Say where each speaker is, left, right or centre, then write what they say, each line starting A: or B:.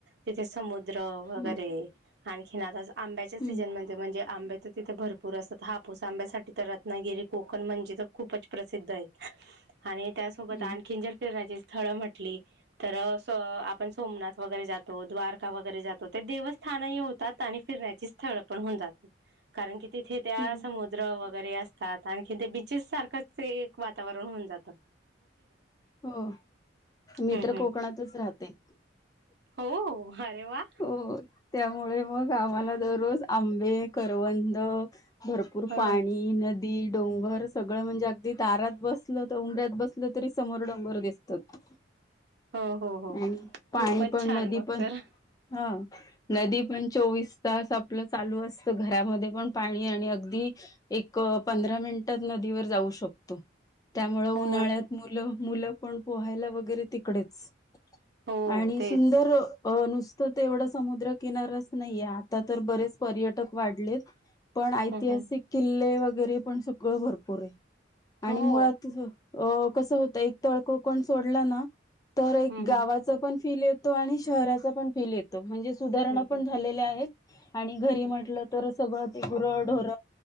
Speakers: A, on the right (about 60°); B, on the left (about 20°).
A: तिथे समुद्र वगैरे
B: हम्म
A: आणखीन आता जा आंब्याच्या सीझन
B: हम्म
A: मध्ये म्हणजे आंबे तर तिथे भरपूर असतात हापूस आंब्यासाठी तर रत्नागिरी कोकण म्हणजे. तर खूपच प्रसिद्ध आहे आणि त्यासोबत
B: हम्म
A: आणखीन जर फिरण्याच अस स्थळ म्हटली. तर आपण सोमनाथ वगैरे जातो द्वारका वगैरे जातो ते देवस्थानही होतात आणि फिरण्याची स्थळ पण होऊ जात. कारण की तिथे त्या
B: हम्म
A: समुद्र व वगैरे असतात आणखी ते बीचेस सारखंच एक वातावरण होऊन जात
B: हो मी
A: हम्म
B: तर
A: हम्म
B: कोकणातच राहते
A: हो हो अरे वा
B: हो त्यामुळे मग आम्हाला दरोज आंबे, करवंद भरपूर
A: ह
B: पाणी नद ते डोंगर सगळं म्हणजे अगदी दारात बसलं त उंबऱ्यात बसलं तरी समोर डोंगर दिसतात
A: हो, हो, हो
B: आणि पाणी
A: खूपच
B: पण
A: छान
B: नदी
A: मग
B: पण
A: तर
B: हा नदी पण चोवीस तास आपलं चालू असत. घरामध्ये पण पाणी आणि अगदी, एक पंधरा मिनटात नदीवर जाऊ शकतो त्यामुळे उन्हाळ्यात
A: हो
B: मुलं पण पोहायला वगैरे तिकडेच
A: हो
B: आणि
A: तेच
B: सुंदर अ नुसतं तेवढं समुद्र किनाराचं नाहीये. आता तर बरेच पर्यटक वाढलेत पण ऐतिहासिक
A: हम्म हम्म
B: किल्ले वगै घरीपण सगळं भरपूर आहे आणि
A: हो
B: मुळात तुझ अ कस होत एक तळ कोकण सोडला ना तर एक
A: हम्म
B: गावाचं
A: हम्म
B: पण फील येतो. आणि शहराचा पण फील येतो. म्हणजेचं सुधारणा
A: हम्म
B: पण झालेल्या आहेत आणि घरी
A: हम्म
B: म्हटलं तर सगळं ते गुर, ढोर